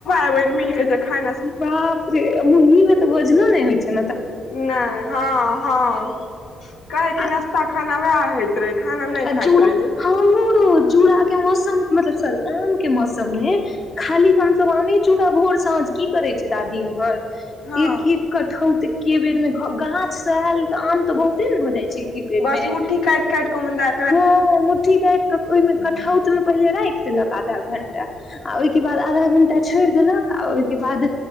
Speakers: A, on the left (about 75°); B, on the left (about 45°).
A: सब ओय मे मिल केँ जे खाय
B: बाप रे मुर्गीमे त वजनो नहि होइ छै न
A: नहि हँ हँ कहे की नाास्ता
B: आ
A: खाना वएह होइत रहे खाना नहि
B: आ
A: खाइत
B: चूड़ा
A: रहियै
B: हममरो चूड़ा के मौसम मतलब सॉरी आम के मौसम मे खाली हमसभ आमे चूड़ा भोर साँझ की करै छै दादी एम्हर
A: हँ
B: एक एक कटहोत के बेर मे गाछ से आयल त आम त बहुते ने भऽ जाइ छै बेर
A: बस
B: मे
A: मुठी काटि काटि क मुदा
B: हँ मुट्ठी काटि के ओहिमे कठौत मे पहिले राखि देलक आधा घंटा आ ओहिके बाद आधा घंटा छोड़ि देलक आ ओहिके बाद